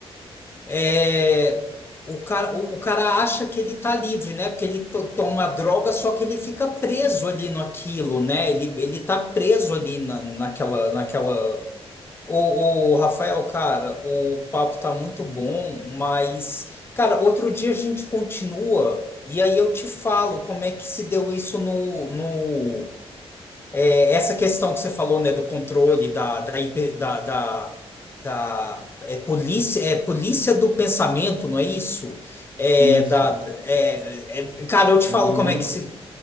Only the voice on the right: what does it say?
Isso.
Em
mil,